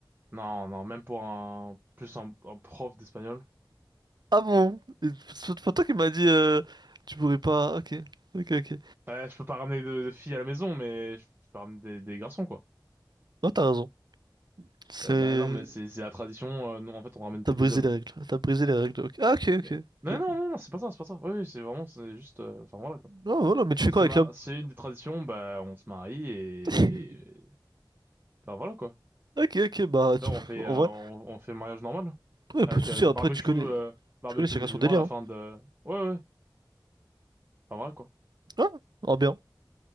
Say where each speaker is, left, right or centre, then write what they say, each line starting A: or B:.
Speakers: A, on the right; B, on the right.
A: Non, non, même pour un, plus un, un prof d'espagnol.
B: Ah bon? Et c'est pho- toi qui m'a dit euh, tu pourrais pas. Ok, ok, ok.
A: Ouais, je peux pas ramener de, de filles à la maison, mais je, je peux ramener des, des garçons, quoi.
B: Non, t'as raison. C'est.
A: Euh, bah non, mais c'est, c'est la tradition. euh, non, en fait, on ramène
B: T'as
A: que
B: brisé
A: des hommes.
B: les règles. T'as brisé les règles. ok. Ah, ok, ok.
A: Mais
B: ok,
A: non, non,
B: ok.
A: non, non, c'est pas ça, c'est pas ça. Oui, oui, c'est vraiment, c'est juste, euh, enfin voilà, quoi.
B: Non, voilà, mais tu fais
A: C'est
B: quoi avec
A: ma,
B: l'homme?
A: c'est une des traditions. Bah, on se marie et,
B: <laughs>
A: et- enfin voilà, quoi.
B: Ok, ok, bah,
A: Tu
B: tu-
A: vois, on fait,
B: en
A: euh,
B: vrai,
A: on, on fait le mariage normal.
B: ouais, pas
A: Avec
B: de soucis,
A: euh,
B: après,
A: barbecue,
B: tu connais,
A: euh, barbecue
B: tu connais chacun
A: musulman
B: son délire,
A: à la
B: hein.
A: fin de... Ouais, ouais. Enfin, voilà, quoi.
B: Ah, ah, bien.